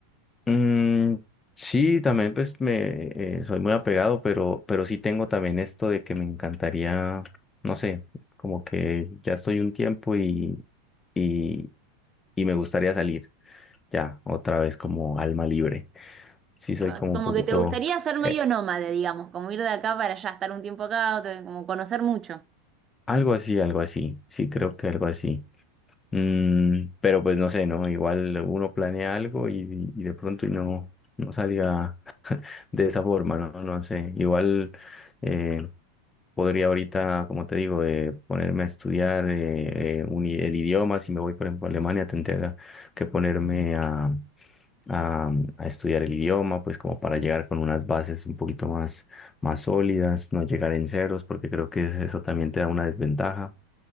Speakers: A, on the left; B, on the right.
A: Mm, sí, también pues me eh, soy muy apegado, pero, pero sí tengo también esto de que me encantaría, no sé, como que ya estoy un tiempo y, y, y me gustaría salir ya otra vez como alma libre. Sí, soy
B: Co-
A: como
B: Como
A: un poquito
B: que te gustaría ser medio
A: eh,
B: nómade, digamos, como ir de acá para allá, estar un tiempo acá, otro- como conocer mucho.
A: algo así, algo así. Sí, creo que algo así. Mm, pero pues no sé, ¿no? Igual uno planea algo y, y de pronto y no, no salga de esa forma, ¿no? No sé. Igual. eh, podría ahorita, como te digo, eh, ponerme a estudiar eh, eh, un i- el idioma. Si me voy, por ejemplo, a Alemania, tendría que ponerme a, a, a estudiar el idioma, pues como para llegar con unas bases un poquito más, más sólidas, no llegar en ceros, porque creo que eso también te da una desventaja.